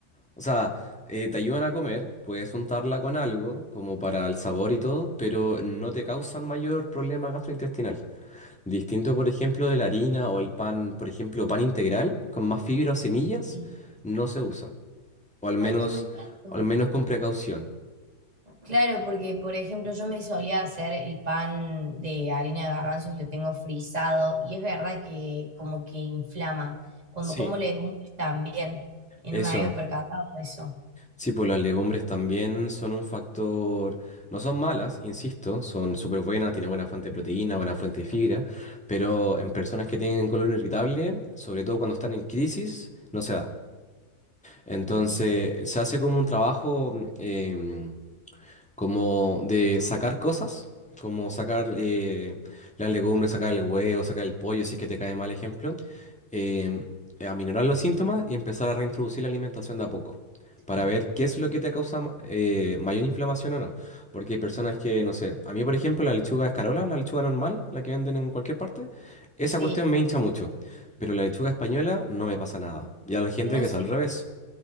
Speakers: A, in the centre; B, on the right.
A: O sea, eh, te ayudan a comer, puedes untarla con algo, como para el sabor y todo, pero no te causan mayor problema gastrointestinal. Distinto, por ejemplo, de la harina o el pan, por ejemplo, pan integral con más fibra o semillas,
B: Sí.
A: no se usa. O al menos,
B: Ay, qué buen dato.
A: o al menos con precaución.
B: Claro, porque por ejemplo yo me solía hacer el pan de harina de garbanzos y lo tengo frisado y es verdad que como que inflama. Cuando
A: Sí.
B: como legumbres también y
A: Eso.
B: no me había percatado de eso.
A: Sí, pues las legumbres también son un factor, no son malas, insisto, son súper buenas, tienen buena fuente de proteína, buena fuente de fibra, pero en personas que tienen colon irritable, sobre todo cuando están en crisis, no se da. Entonces,
B: Ok,
A: se hace como un trabajo em, como de sacar cosas, como sacar eh, las legumbres, sacar el huevo, sacar el pollo, si es que te cae mal ejemplo, eh, aminorar los síntomas y empezar a reintroducir la alimentación de a poco. Para
B: sí.
A: ver qué es lo que te causa ma- eh, mayor inflamación o no. Porque hay personas que, no sé, a mí por ejemplo la lechuga escarola, la lechuga normal, la que venden en cualquier parte, esa
B: Sí,
A: cuestión me hincha mucho. Pero la lechuga española no me pasa nada. Y a la gente
B: no
A: que es
B: sé,
A: al revés.